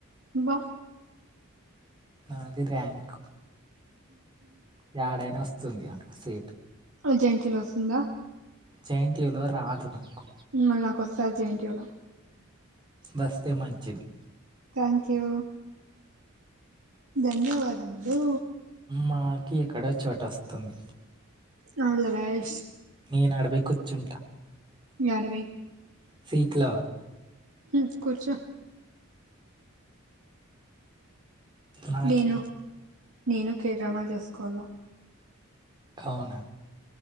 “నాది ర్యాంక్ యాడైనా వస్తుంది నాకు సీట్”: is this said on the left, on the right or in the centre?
Right